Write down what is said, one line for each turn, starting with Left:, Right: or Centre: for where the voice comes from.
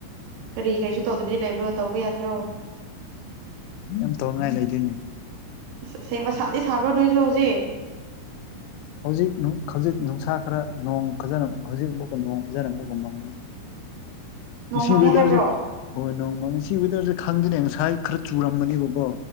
Right: ꯀꯔꯤ ꯀꯔꯤꯁꯨ ꯇꯧꯗꯕꯗꯤ ꯂꯩꯕ꯭ꯔꯣ ꯇꯧꯕ ꯌꯥꯗ꯭ꯔꯣ
Left: ꯌꯥꯝ ꯇꯧꯅꯉꯥꯏ ꯂꯩꯗꯣꯏꯅꯦ
Right: ꯑꯁꯦꯡꯕ ꯁꯥꯗꯤ ꯁꯥꯕ꯭ꯔꯣ ꯅꯣꯏꯖꯨ ꯍꯧꯖꯤꯛ?
Left: ꯍꯧꯖꯤꯛ ꯅꯨꯡ ꯍꯧꯖꯤꯛ ꯅꯨꯡꯁꯥ ꯈꯔ ꯅꯣꯡ ꯐꯖꯅ ꯍꯧꯖꯤꯛꯐꯥꯎ ꯅꯣꯡ ꯐꯖꯅ ꯑꯃꯨꯛꯒ ꯃꯪꯉꯤ꯫
Right: ꯅꯣꯡ
Left: ꯉꯁꯤ
Right: ꯃꯪꯉꯦ
Left: ꯋꯦꯗꯔꯁꯦ
Right: ꯍꯥꯏꯕ꯭ꯔꯣ?
Left: ꯍꯣꯏ ꯅꯣꯡ ꯃꯪꯉꯦ ꯁꯤ ꯋꯦꯗꯔꯁꯦ ꯈꯪꯗꯦꯅꯦ ꯉꯁꯥꯏ ꯈꯔ ꯆꯨꯔꯝꯕꯅꯦꯕꯀꯣ